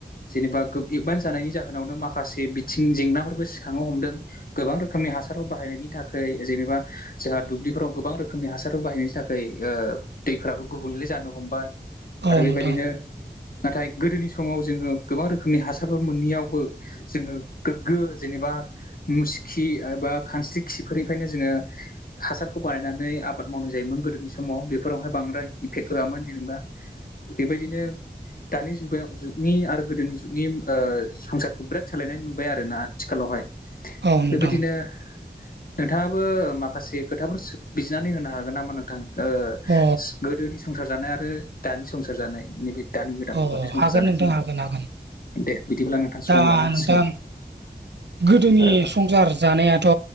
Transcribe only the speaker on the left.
जेनेबा गो एदभान्स जानायनि जाहोनावनो माखासे बिथिं जेंनाफोरबो सिखांनो हमदों। गोबां रोखोमनि हासाराव बाहायनायनि बिनि थाखाय जेनेबा जोंहा दुब्लिफोराव गोबां रोखोमनि हासारफोर बाहायनायनि थाखाय ओ दैफोराबो गुबुनले जानो हमबाय
आरो बेबायदिनो
नाथाय गोदोनि समाव जोङो गोबां रोखोमनि हासारफोर मोनैयावबो जोङो गोग्गो जेनेबा मुसखि एबा खानस्रि खिफोरनिफ्रायनो जोङो हासारखौ बानायनानै आबाद मावनाय जायोमोन गोदोनि समाव बेफोरावहाय बांद्राय इफेक्ट होआमोन जेनेबा बेबायदिनो दानि जुगायाव जुगनि आरो गोदोनि जुगनिओ संसारखौ बिराद सोलायनाय नुबाय आरो ना आथिखालावहाय
बेबायदिनो नोंथाङाबो माखासे खोथाफोर बिजनानै होनो हागोन नामा नोंथां ओ गो
गोदोनि संसार जानाय आरो दानि संसार जानाय नैबे दानि गोदान
मुगानि संसार
जानायफोरखौ
दे बिदिब्ला नोंथां।
सम लानो हासिगोन
औ